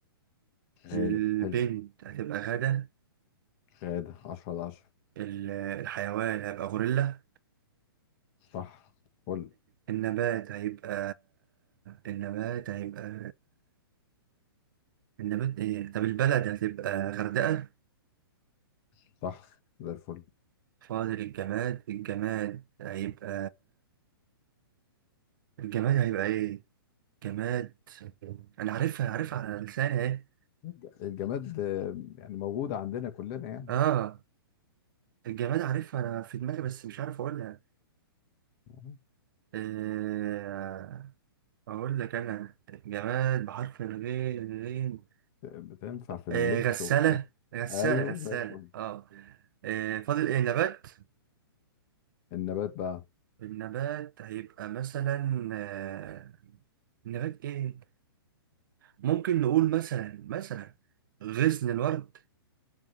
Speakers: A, on the left; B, on the right.
A: غالب
B: البنت
A: حلو
B: هتبقى غدا
A: غادة عشرة على عشرة
B: ال- الحيوان هيبقى غوريلا
A: صح فل
B: النبات هيبقى النبات هيبقى النبات ايه طب البلد هتبقى غردقة
A: صح زي الفل
B: فاضل الجماد الجماد هيبقى الجماد هيبقى ايه جماد انا عارفها عارفها على لساني اهي
A: الج- الجماد آه، يعني موجودة عندنا كلنا يعني
B: اه الجماد عارفها انا في دماغي بس مش عارف اقولها
A: مم.
B: آه... أقول لك أنا جماد بحرف الغين غين
A: بتنفع في
B: آه
A: اللبس
B: غسالة
A: وبتاع
B: غسالة
A: ايوه
B: غسالة
A: زي الفل
B: أه آه، فاضل إيه نبات
A: النبات بقى
B: النبات هيبقى مثلا آه نبات إيه ممكن نقول مثلا مثلا غصن الورد